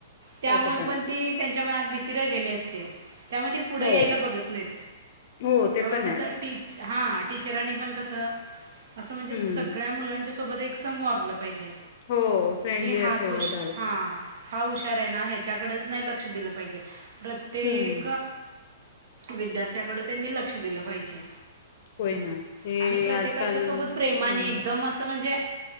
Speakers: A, on the right; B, on the left.
A: त्यामुळे
B: असं
A: पण
B: आहे
A: ती त्यांच्या मनात भी भीती राहिलेली असते. त्यामुळे ती पुढे
B: हो
A: यायला बघत नाहीत
B: हो ते
A: त्यामुळे
B: पण
A: कसं
B: आहे
A: टीच हा टीचरांनी पण कसं असं म्हणजे
B: हम्म
A: सगळ्या मुलांच्या सोबत एक सम वागलं पाहिजे.
B: हो फ्रेंडली
A: कि हाच
B: असं झालं.
A: हा हा हुशार आहे ना, ह्याच्याकडेच नाही ल क्ष दिलं पाहिजे. प्रत्येक
B: हम्म
A: विद्यार्थ्याकडे त्यांनी लक्ष दिलं पाहिजे.
B: होय ना ते
A: आणि प्रत्येकाच्या
B: आजकाल
A: सोबत प्रेमाने
B: हम्म
A: एकदम असं म्हणजे